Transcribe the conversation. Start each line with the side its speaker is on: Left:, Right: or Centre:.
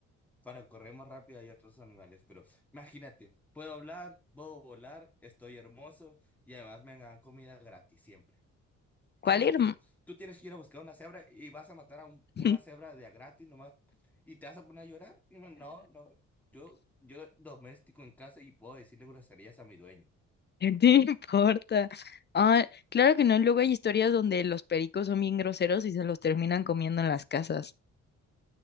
Centre: para correr más rápido hay otros animales, pero imagínate, puedo hablar, puedo volar, estoy hermoso y además me dan comida gratis siempre.
Left: ¿Cuál
Centre: ¿Qué más
Left: ir?
Centre: quiero? Tú tienes que ir a buscar una cebra y vas a matar a un-
Left: <laughs>
Centre: una cebra de a gratis nomás y te vas a poner a llorar. Y yo, no, no, yo, yo doméstico en casa y puedo decirle groserías a mi dueño.
Left: <laughs> no importa? Ah, claro que no, luego hay historias donde los pericos son bien groseros y se los terminan comiendo en las casas